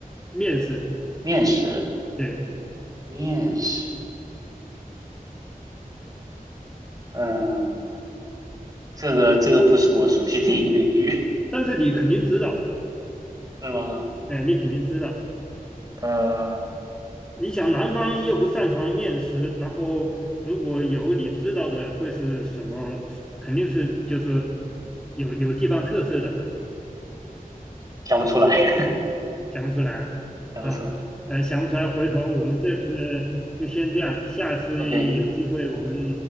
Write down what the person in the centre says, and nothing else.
面食，
对，
但是你肯定知道，
哎，你肯定知道。
你想南方又不擅长面食，然后如果有你知道的会是什么？肯定是就是有有地方特色的吧？
想不出来啊？
好，呃，想不出来，回头我们这次就先这样，下次有机会我们